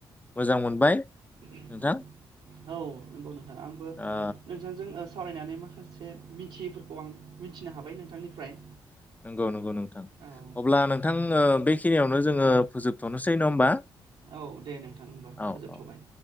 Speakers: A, on the left (about 15°); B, on the right (about 75°).
A: मोजां मोनबाय।
B: औ
A: नोंथां
B: नंगौ नोंथां आंबो नोंथांजों
A: ओ
B: ओ ण सावरायनानै माखासे मिथियैफोरखौ आं मिथिनो हाबाय नोंथांनिफ्राय।
A: नंगौ नंगौ नोंथां
B: औ
A: अब्ला नोंथां ओ बेखिनियावनो जोङो फोजोबथ'नोसै नङा होमबा?
B: औ दे नोंथां होमबा
A: औ
B: फोजोबथ'बाय।
A: औ